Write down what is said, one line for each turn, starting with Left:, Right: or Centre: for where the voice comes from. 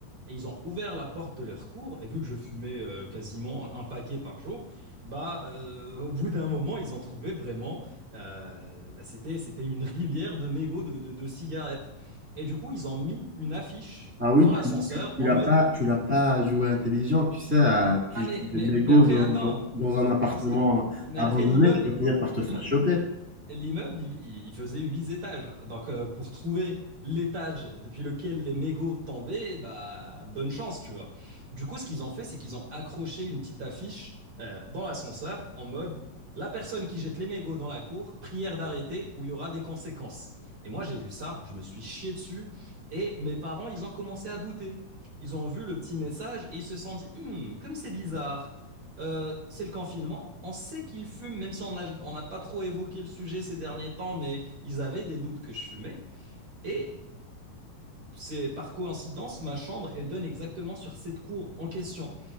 Right: Et ils ont ouvert la porte de leur cour et vu que je fumais euh, quasiment un paquet par jour, bah, euh, au bout d'un moment, ils ont trouvé vraiment, euh, bah, c'était, c'était une rivière de mégots de de- de cigarettes. Et du coup, ils ont mis une affiche
Centre: ah oui,
Right: dans l'ascenseur
Centre: tu, tu, tu
Right: en
Centre: l'as
Right: mode
Centre: pas, tu l'as pas joué intelligent, tu sais, à- tu
Right: Ah, mais,
Centre: jettes des
Right: mais,
Centre: mégots
Right: mais après,
Centre: dans,
Right: attends,
Centre: dans- dans un appartement
Right: parce que. Mais
Centre: abandonné,
Right: après, l'immeuble.
Centre: tu vas finir par te
Right: l'i-
Centre: faire choper.
Right: L'immeuble, il, il faisait huit étages. Donc, euh, pour trouver l'étage depuis lequel les mégots tombaient, bah, bonne chance, tu vois. Du coup, ce qu'ils ont fait, c'est qu'ils ont accroché une petite affiche euh, dans l'ascenseur en mode La personne qui jette les mégots dans la cour, prière d'arrêter ou il y aura des conséquences. Et moi, j'ai vu ça, je me suis chié dessus et mes parents, ils ont commencé à douter. Ils ont vu le petit message et ils se sont dit, Hmm, comme c'est bizarre euh, c'est le confinement. On sait qu'ils fument, même si on n'a on n'a pas trop évoqué le sujet ces derniers temps, mais ils avaient des doutes que je fumais. Et c'est par coïncidence, ma chambre, elle donne exactement sur cette cour en question.